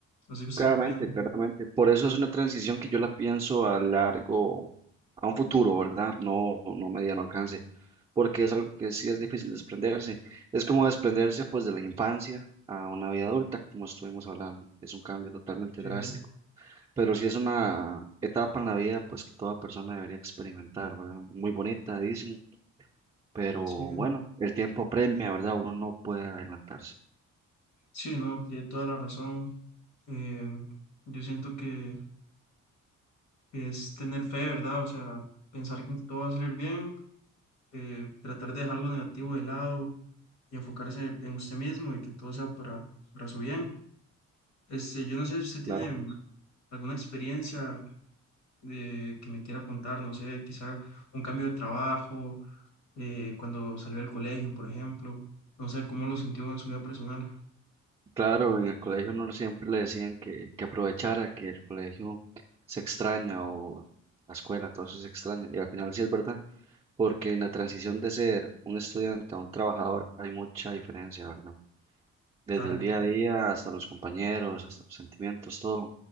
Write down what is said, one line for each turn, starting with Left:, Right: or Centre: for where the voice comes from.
Left: No sé usted
Right: Claramente,
Left: qué piensa.
Right: claramente. Por eso es una transición que yo la pienso a largo, a un futuro, ¿verdad? No, no mediano alcance, porque es algo que sí es difícil desprenderse. Es como desprenderse pues de la infancia a una vida adulta, como estuvimos hablando. Es un cambio totalmente
Left: Sí,
Right: drástico,
Left: eh,
Right: pero sí es una etapa en la vida pues que toda persona debería experimentar, ¿verdad? Muy bonita, dicen, pero
Left: sí,
Right: bueno, el tiempo premia, ¿verdad? Uno no puede adelantarse.
Left: sí, no, tiene toda la razón. Em, yo siento que es tener fe, ¿verdad? O sea, pensar que todo va a salir bien, eh, tratar de dejar lo negativo de lado y enfocarse en usted mismo y que todo sea para, para su bien. Este, yo no sé si usted tiene
Right: Claro.
Left: alguna experiencia eh, que me quiera contar, no sé, quizá un cambio de trabajo, eh, cuando salió del colegio, por ejemplo, no sé cómo lo sintió en su vida personal.
Right: Claro, en el colegio no siempre le decían que, que aprovechara, que el colegio se extraña o la escuela, todo eso se extraña. Y al final sí es verdad, porque en la transición de ser un estudiante a un trabajador hay mucha diferencia, ¿verdad? Desde
Left: Claro,
Right: el día a día hasta los compañeros, hasta los sentimientos, todo.